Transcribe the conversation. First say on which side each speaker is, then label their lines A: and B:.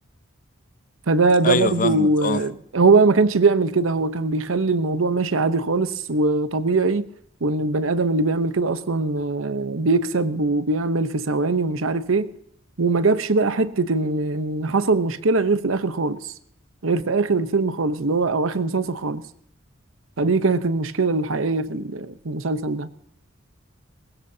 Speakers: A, on the right (about 80°); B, on the left (about 40°).
A: فده ده
B: ايوه
A: برضو
B: فاهمك
A: آه،
B: اه
A: هو بقى ما كانش بيعمل كده هو كان بيخلي الموضوع ماشي عادي خالص وطبيعي وان البني ادم اللي بيعمل كده اصلا آه، بيكسب وبيعمل في ثواني ومش عارف ايه وما جابش بقى حتة ان إن حصل مشكلة غير في الاخر خالص غير في اخر الفيلم خالص اللي هو او اخر المسلسل خالص فدي كانت المشكلة الحقيقية في ال- في المسلسل ده